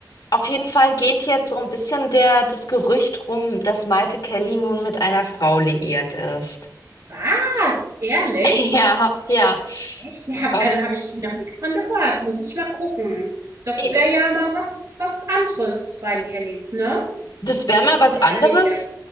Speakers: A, on the left; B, on the right.
A: Auf jeden Fall geht jetzt so ein bisschen der, das Gerücht rum, dass Maite Kelly nun mit einer Frau liiert ist.
B: Was? Ehrlich?
A: <laughs> Ja, ja.
B: Echt? Ja, hab,
A: Ähm,
B: also habe ich noch nichts von gehört. Muss ich mal gucken. Das
A: i-
B: wäre ja mal was was anderes bei den Kellys, ne?
A: das wäre mal was
B: Mehr
A: anderes.
B: oder weniger.